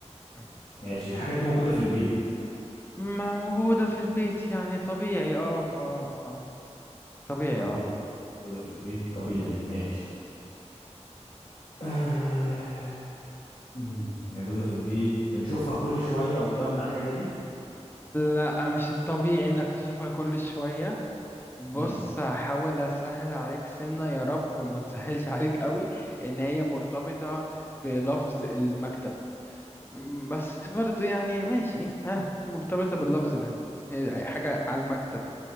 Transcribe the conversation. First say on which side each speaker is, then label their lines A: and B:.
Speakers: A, on the left (about 20°); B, on the left (about 65°).
A: مم.
B: ماشي الحاجة دي موجودة في البيت
A: موجودة في البيت يعني طبيعي اه اه اه طبيعي
B: طبيعي
A: اه
B: موجودة في البيت طبيعي ماشي آه مم، موجودة في البيت بنشوفها كل شوية قدامنا الحاجة دي
A: لا مش الطبيعي انك تشوفها كل شوية بص
B: امم
A: هحاول اسهل عليك سنة يا رب ما تسهلش عليك قوي ان هي مرتبطة بلفظ المكتب مم، بس برضو يعني ماشي ها مرتبطة باللفظ ده يعني حاجة على المكتب